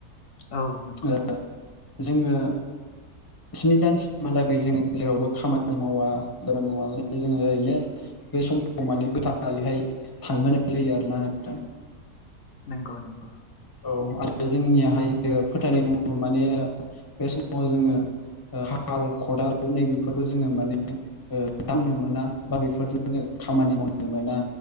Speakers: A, on the left; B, on the left.
A: औ नंगौ।
B: ओ जोङो स्नि दानसिमहालागै जोङो जेरावबो खामानि मावा खामानि मावा ओमफाय जोङो ओरैनो बे समाव माने गोथारैहाय थांहोनाय जायो आरोना नोंथां।
A: नंगौ नंगौ।
B: औ आरो जोंनियाहायो फोथायनाय दंङ माने बे समाव जोङो ओ हाल खदाल नैबेफोरखौ जोङो माने मावनो दांनो मोना बा बेफोरजों जों खामानि मावनो मोना।